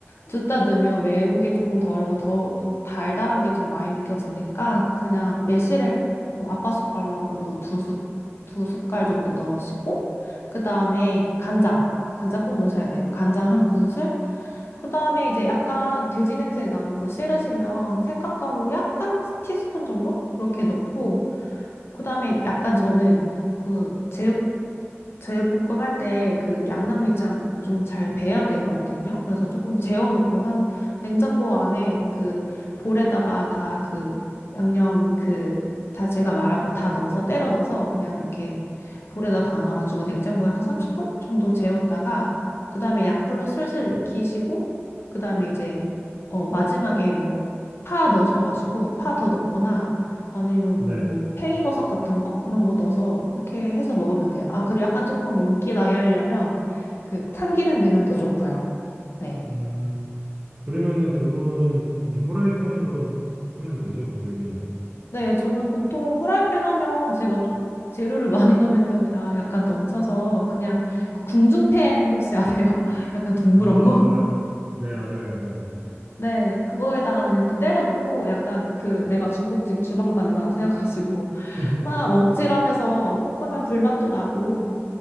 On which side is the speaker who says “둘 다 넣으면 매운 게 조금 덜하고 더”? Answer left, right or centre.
Left